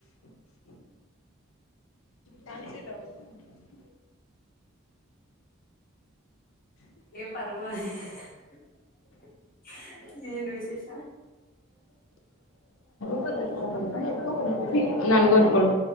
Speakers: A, on the left; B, on the left.
A: ಕಾಣಸಲ <unintelligible>
B: ಪರ್ವ <unintelligible> ಏನ್ ವಿಶೇಷ
A: <unintelligible> ನನ್ಗೊಂದ್ ಕೊಡು